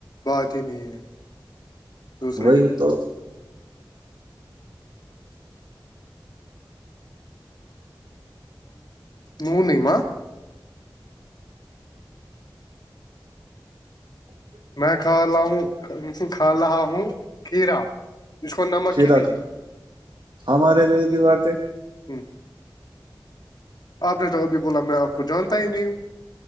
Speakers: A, on the left; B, on the right.
A: بات ہی نہیں ہے دوسرے
B: وہی
A: کی
B: تو
A: نو نہیں ما
B: ٹ
A: میں کھا لاؤوں کا لا ہوں کھیرا جس کو نمک
B: کھیر
A: ہی نہیں
B: ہمارے لی بھی بات ہے
A: ہے آپ نے تو ابھی بولا میں آپ کو جانتا ہی نہیں ہوں